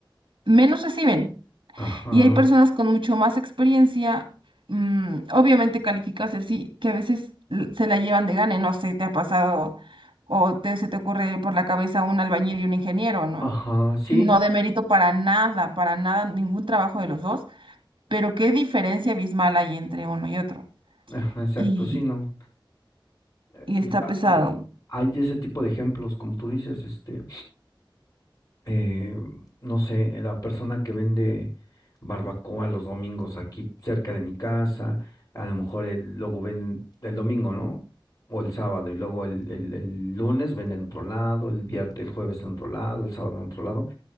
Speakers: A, on the right; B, on the left.
A: menos reciben.
B: ajá,
A: Y hay personas con mucho más experiencia, mm, obviamente calificadas y así, que a veces l- se la llevan de gane, no sé, te ha pasado o te, se te ocurre por la cabeza un albañil y un ingeniero, ¿no?
B: ajá, sí.
A: No de mérito para nada, para nada, ningún trabajo de los dos, pero qué diferencia abismal hay entre uno y otro.
B: Ajá, exacto,
A: Y,
B: sí, no. Eh,
A: y está
B: a-
A: pesado
B: a- Hay de ese tipo de ejemplos, como tú dices, este, eh, no sé, la persona que vende barbacoa los domingos aquí cerca de mi casa, a lo mejor el- luego venden el domingo, ¿no? O el sábado, y luego el, el- el lunes venden en otro lado, el viernes, el jueves en otro lado, el sábado en otro lado.